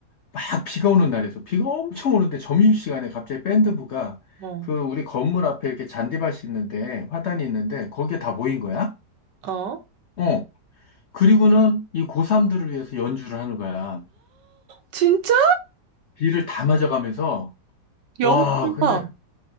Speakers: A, on the left; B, on the right.
A: 막 비가 오는 날이었어. 비가 엄청 오는데 점심시간에 갑자기 밴드부가
B: 어,
A: 그 우리 건물 앞에 이렇게 잔디밭이 있는데, 화단이 있는데, 거기에 다 모인 거야.
B: 어.
A: 어. 그리고는 이 고3들을 위해서 연주를 하는 거야.
B: 진짜?
A: 비를 다 맞아가면서,
B: 영어
A: 와, 근데
B: 봐.